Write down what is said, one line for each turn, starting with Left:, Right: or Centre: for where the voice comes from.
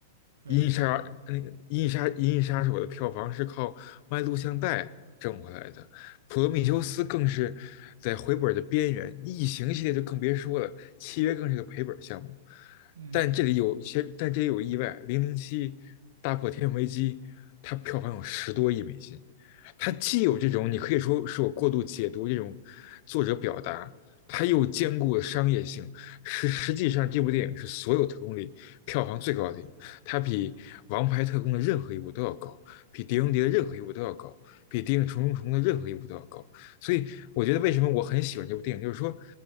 Right: 对，
Left: 《银翼杀手那个《银翼杀银翼杀手》的票房是靠卖录像带挣回来的，《普罗米修斯》更是在回本的边缘，《异形》系列就更别说了，《契约》更是个赔本项目。
Right: 嗯
Left: 但这里有些，但这里有意外，《零零七》大破天危机，它票房有十多亿美金，它既有这种你可以说是我过度解读这种作者表达，它又兼顾了商业性，实实际上，这部电影是所有特工里票房最高的电影，它比《王牌特工》的任何一部都要高，比《碟中谍》的任何一部都要高，
Right: 嗯。
Left: 比《谍影重重重》的任何一部都要高。所以，我觉得为什么我很喜欢这部电影，就是说，